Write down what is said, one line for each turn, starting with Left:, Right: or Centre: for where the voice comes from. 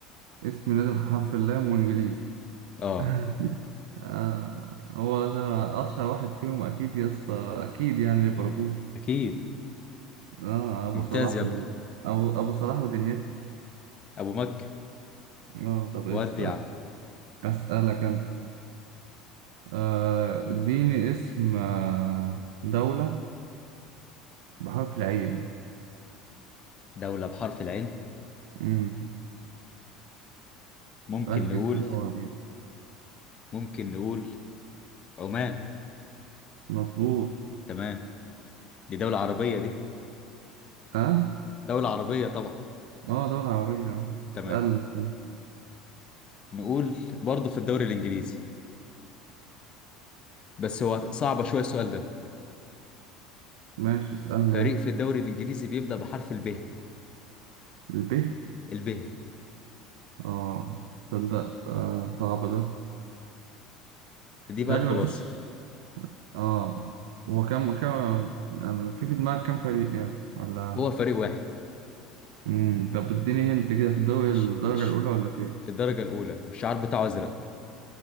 Right: فاسم لازم حرف اللام وانجليزي
Left: اه
Right: <laughs> آه هو ده أشهر واحد فيهم أكيد يا اسطى أكيد يعني ليفربول
Left: اكيد
Right: آه أبو
Left: ممتاز
Right: صلاح
Left: يا ابني
Right: و أبو أبو صلاح ودنيته
Left: ابو مكة
Right: آه طب إيش
Left: ودي يا عم
Right: أسألك أنا آه اديني اسم آه دولة بحرف العين
Left: دولة بحرف العين
Right: مم.
Left: ممكن
Right: ركز
Left: نقول
Right: كده وهتجيب
Left: ممكن نقول عمان
Right: مظبوط
Left: تمام دي دولة عربية دي
Right: أه
Left: دولة عربية طبعا
Right: أه دولة عربية يعني.
Left: تمام
Right: اسألني اسألني
Left: نقول برضه في الدوري الانجليزي بس هو صعب شوية السؤال ده
Right: ماشي اسألني
Left: فريق
Right: يلا
Left: في الدوري الانجليزي بيبدا بحرف الب
Right: الب
Left: الب
Right: أه تصدق آه صعب ده
Left: دي
Right: تخيل
Left: بقى الخلاصة
Right: مفيش اه هو كم كم يعني في في دماغك كم فريق يعني ولا
Left: هو فريق واحد
Right: امم طب اديني هنت كده في الدوري
Left: الش...
Right: الدرجة
Left: الش...
Right: الأولى ولا في إيه؟
Left: الدرجة الأولى والشعار بتاعه أزرق